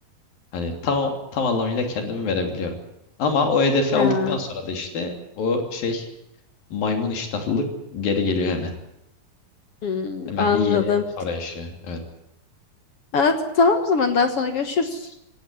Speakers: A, on the left; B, on the left.
A: Hani tam tam anlamıyla kendimi verebiliyorum. Ama o hedefi
B: Ha.
A: aldıktan sonra da işte o şey Maymun iştahlılık geri geliyor hemen.
B: Hmm,
A: Hemen
B: anladım.
A: bir yeni hedef arayışı. Evet.
B: Anladım. Tamam o zaman daha sonra görüşürüz.